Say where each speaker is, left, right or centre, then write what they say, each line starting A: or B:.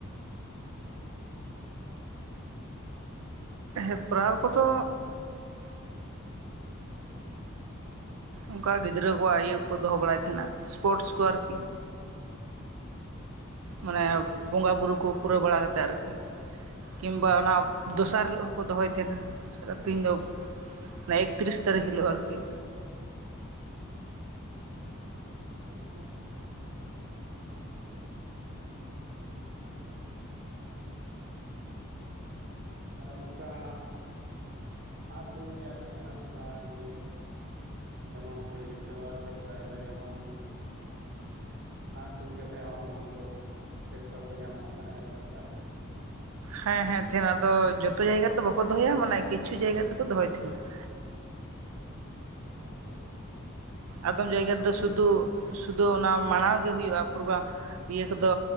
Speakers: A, on the right (about 85°); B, on the right (about 50°).
A: ᱦᱮᱯᱨᱟᱣ ᱠᱚᱫᱚ ᱚᱱᱠᱟ ᱜᱤᱫᱽᱨᱟᱹ ᱠᱚᱣᱟᱜ ᱤᱭᱟᱹ ᱠᱚ ᱫᱚᱦᱚ ᱵᱟᱲᱟᱭ ᱛᱟᱦᱮᱱᱟ ᱥᱯᱳᱨᱴᱥ ᱠᱚ ᱟᱨᱠᱤ ᱾ ᱢᱟᱱᱮ ᱵᱚᱸᱜᱟ ᱵᱩᱨᱩ ᱠᱚ ᱯᱩᱨᱟᱹᱣ ᱵᱟᱲᱟ ᱠᱟᱛᱮᱫ ᱟᱨᱠᱤ ᱾ ᱠᱤᱢᱵᱟ ᱚᱱᱟ ᱫᱚᱥᱟᱨ ᱦᱤᱞᱳᱜ ᱦᱚᱸᱠᱚ ᱫᱚᱦᱚᱭ ᱛᱟᱦᱮᱱᱟ <unintelligible> ᱫᱚ ᱮᱠᱛᱨᱤᱥ ᱛᱟᱨᱤᱠᱷ ᱦᱤᱞᱳᱜ ᱟᱨᱠᱤ᱾
B: ᱟᱪᱪᱷᱟ, ᱟᱨ ᱚᱱᱠᱟ ᱟᱸᱜ ᱛᱩᱧ ᱨᱮᱭᱟᱜ ᱛᱟᱦᱮᱱᱟ ᱥᱮ ᱵᱟᱝ ᱡᱮ ᱡᱮᱢᱚᱱ ᱠᱩᱲᱤ ᱜᱤᱫᱽᱨᱟᱹ ᱟᱜ ᱥᱮ ᱠᱚᱲᱟ ᱜᱤᱫᱽᱨᱟᱹ ᱟᱜ ᱡᱮᱢᱚᱱ ᱟᱸᱜ ᱛᱩᱧ ᱠᱟᱛᱮᱫ ᱦᱚᱸ ᱩᱱᱠᱩ ᱥᱤᱨᱯᱟᱹ ᱠᱚ ᱧᱟᱢ ᱚᱱᱠᱟᱱᱟᱜ ᱦᱮᱯᱨᱟᱣ
A: ᱦᱮᱸ ᱦᱮᱸ ᱛᱟᱦᱮᱱᱟ, ᱟᱫᱚ ᱡᱚᱛᱚ ᱡᱟᱭᱜᱟ ᱛᱚ ᱵᱟᱠᱚ ᱫᱚᱦᱚᱭᱟ ᱢᱟᱱᱮ ᱠᱤᱪᱷᱩ ᱡᱟᱭᱜᱟ ᱛᱮᱠᱚ ᱫᱚᱦᱚᱭ ᱛᱟᱦᱮᱱᱟ ᱾
B: ᱟᱪᱪᱷᱟ᱾
A: ᱟᱫᱚᱢ ᱡᱟᱭᱜᱟ
B: ᱦᱳᱭᱮᱱ
A: ᱨᱮᱫᱚ ᱥᱩᱫᱷᱩ ᱥᱩᱫᱷᱩ ᱚᱱᱟ ᱢᱟᱲᱟᱣ ᱜᱮ ᱦᱩᱭᱩᱜᱼᱟ ᱯᱨᱚᱜᱨᱟᱢ ᱾ ᱤᱭᱟᱹ ᱠᱚᱫᱚ